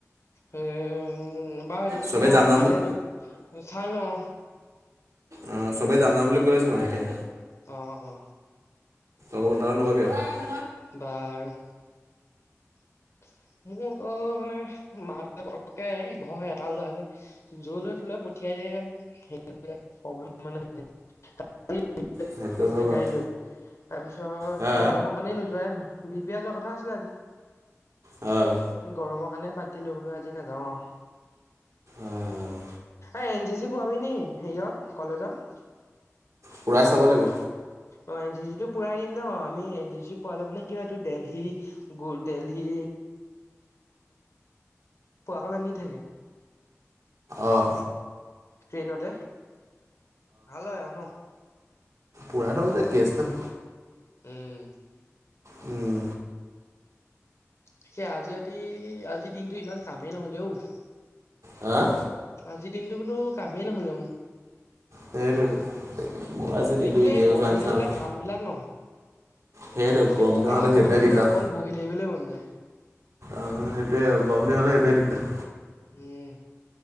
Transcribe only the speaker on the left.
উম, বাৰু সেইটো কথা
মই
কাইলে
তোক চাই লও।
অ - অ।
বাৰু হয়। মোৰ আকৌ মানে মাহ দেউতাই ঘৰখনৰ এটা লৰা যে জলৈ তলৈ পঠিয়াই মানে <unintelligible>
আছিলে
গাড়ি লৈ তাৰপিছত
গৰমৰ কাৰণে নোযোৱাই হ'ল। বি পিয়েজোৱা কথা আছিলে আজি
গৰমত কাৰণে বাদ দিলো আও আজি নাযাওঁ আৰু
এ এন চি চি পোৱাবি নি সেৰিয়ত কলেজত
অ এন চি চিটো পূৰাই দিম ন আমি এন চি চি পোৱালে মানে কি হয় এইটো দেলহি গু দেলহি পোৱাকলে নি থাকে?
ট্ৰেইনতে, ভাল হয় আও ন?
উম।
তাকে আজি ৰাতি আজিৰ দিনটো ইমান কামেই নহলে অঔ।
আজিৰ দিনটো বোলো কামেই নহলে মো।
দিনটোৱে
গৰম
দিন হ'লে
কাম বিলাক নহয়
একো
কাম
কৰিবলে মন
যায় অকল বহি থাকিবলে মন যায়।
উম